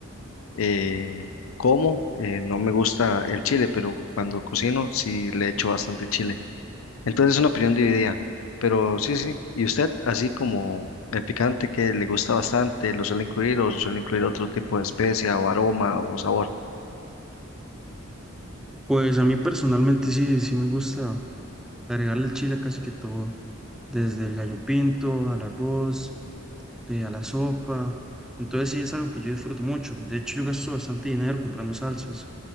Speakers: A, on the left; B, in the centre.
A: eh, como, eh, no me gusta el chile, pero cuando cocino sí le echo bastante chile. Entonces es una opinión dividida. Pero sí, sí. ¿Y usted, así como el picante que le gusta bastante, lo suele incluir o suele incluir otro tipo de especia o aroma o sabor?
B: Pues a mí personalmente sí, sí me gusta Agregar el chile a casi que todo, desde el gallo pinto al arroz, eh, a la sopa. Entonces sí es algo que yo disfruto mucho. De hecho, yo gasto bastante dinero comprando salsas,